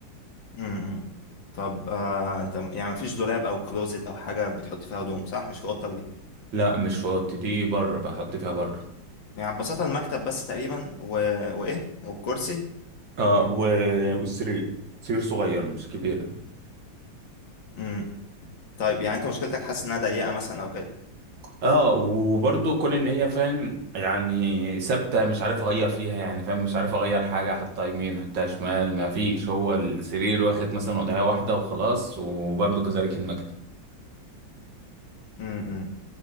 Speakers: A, on the left; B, on the right.
A: امم طب آه أنت يعني مفيش دولاب أو كلوزت أو حاجة بتحط فيها هدوم صح؟ مش في أوضتك دي
B: لا مش في اوضتي دي بره بحط فيها بره
A: يعني ببساطة المكتب بس تقريبا و... وإيه؟ والكرسي؟
B: اه و... والسرير سرير صغير مش كبير يعني.
A: امم طيب يعني أنت مشكلتك حاسس إنها ضيقة مثلا أو كده؟
B: اه وبرضه كون ان هي فاهم يعني ثابته مش عارف اغير فيها يعني فاهم مش عارف اغير حاجه احطها يمين احطها شمال ما فيش هو السرير واخد مثلا وضعيه واحده وخلاص وبرضه كذلك المكتب
A: امم